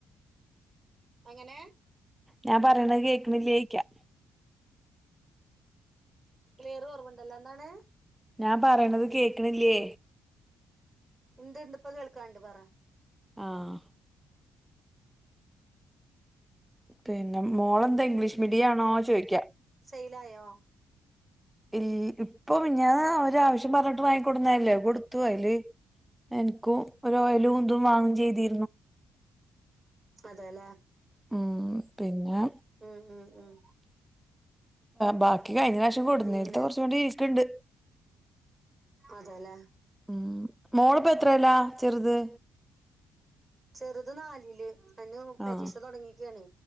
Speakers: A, on the right; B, in the centre.
A: എങ്ങനേ?
B: ഞാ പറയ്ണേ കേക്ക്ണില്ലേയ്ക്കാ.
A: ക്ലിയറ് കൊറവ്ണ്ടല്ലോ എന്താണ്?
B: ഞാൻ പറയ്ണത് കേക്ക്ണില്ല്യേ?
A: ഇണ്ട് ഇണ്ട് ഇപ്പ കേൾക്കാണ്ട് പറാ.
B: ആഹ്. പിന്ന മോളെന്താ ഇംഗ്ലീഷ് മീഡ്യാണോ ചോയിക്ക്യാ.
A: സെയ്ലായോ?
B: ഇ ഇപ്പൊ മിഞ്ഞാന്ന് ഒരാവശ്യം പറഞ്ഞ്ട്ട് വാങ്ങിക്കൊടുന്നല്ലേ അയ് കൊട്ത്തു അയില് എന്ക്കൂ ഒരോയലൂതും വാങ്ങും ചെയ്തീ
A: അതെല്ലേ
B: ഉം പിന്നേ
A: ഉം ഉം ഉം.
B: ബാക്കി കഴിഞ്ഞറാശ്യം കൊടുന്നേല്ത്തെ
A: പിന്നെ
B: കൊറച്ചൂടി ഈക്ക്ണ്ട്.
A: അതെല്ലേ.
B: ഉം മോള്പ്പോ എത്രേല്ലാ ചെറുത്?
A: ചെറ്ത് നാലില് അയിന് പരീക്ഷ
B: ആഹ്
A: തൊടങ്ങിക്ക്യാണേ